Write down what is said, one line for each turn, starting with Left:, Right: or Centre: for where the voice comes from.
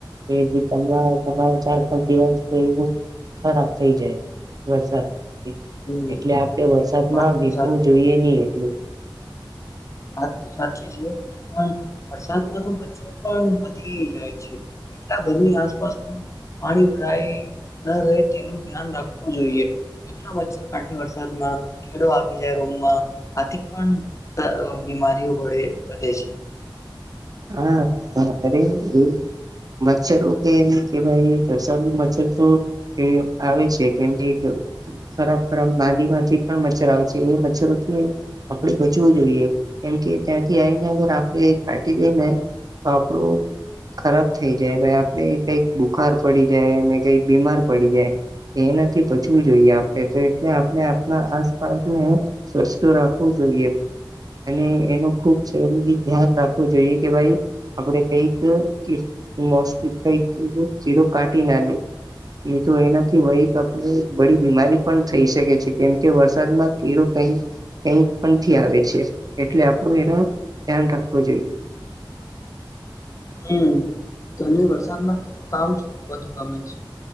Right: એ જે તમારો ચાર પાંચ દિવસ એવું ખરાબ થઇ જાય વરસાદ
Left: હમ
Right: એટલે આપડે વરસાદમાં
Left: વાત તો
Right: વીપવું
Left: સાચી
Right: જોઈએ
Left: છે.
Right: નહી એટલું.
Left: વાત તો સાચી છે, પણ વરસાદમાં તો મચ્છરો પણ વધી જાય છે. એટલા ઘરની આસપાસ પણ પાણી ભરાય ન રહે તેનું ધ્યાન રાખવું જોઈએ. એટલો મચ્છર કડે વરસાદમાં કીડો આવી જાય રૂમમાં આથી પણ તા બીમારીઓ પડે વધે છે.
Right: હા હ અરે એ મચ્છરો કેમ કેવાય વરસાદ નું મચ્છર તો આવે છે, કેમ કે ખરાબ ખરાબ નાલી માંથી પણ મચ્છર આવે છે, એ મચ્છરોથી આપડે બચવું જોઈએ. કેમકે ત્યાંથી આઈને અગર આપણે કાટી જાય ને તો આપડું ખરાબ થઇ જાય ભાઈ આપડે કઈક બુખાર પડી જાય ને કઈક બીમાર પડી જાય. એનાથી બચવું જોઈએ આપડે જે એટલે આપણે આપના આસપાસને સ્વચ્છ રાખવું જોઈએ અને એનું ખુબ જરૂરિ ધ્યાન રા વુ જોઈએ કે ભાઈ આપડે કઈક <unintelligible> કઈક ચીડો કાઢી ના <unintelligible> એ તો એનાથી વહીક આપડે બડી બીમારી પણ થઈ શકે છે, કેમ કે વરસાદમાં કિડો <unintelligible> પણથી આવે છે એટલે આપડું એના ધ્યાન રા ખવુ જોઈએ.
Left: હમ્મ તને વરસાદમાં કામ સૌથી વધુ ગમે છે.